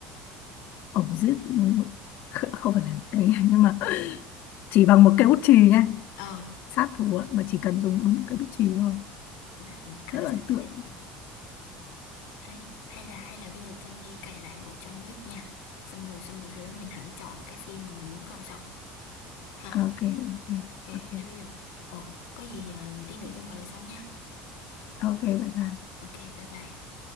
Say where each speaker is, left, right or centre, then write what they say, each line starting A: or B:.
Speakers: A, on the left; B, on the left.
A: ổng giết kh- không phải là đấy <laughs> nhưng mà chỉ bằng một cây bút chì nha
B: ờ
A: sát thủ ạ, mà chỉ cần dùng đúng một cây bút chì thôi
B: là khử
A: rất là
B: sạch
A: ấn tượng
B: hết Ấy, hay là hay là bây giờ Trâm đi cày lại bộ John Wick nha. Xong rồi xong rồi sau đó mình hẳn chọn cái phim mà mình muốn coi sau. Ha,
A: ok ok
B: ok,
A: ok
B: thế bây giờ. Ồ, có gì ờ, tí nữa Trâm gọi lại sau nha.
A: ok bye bye
B: Ok, bye bye.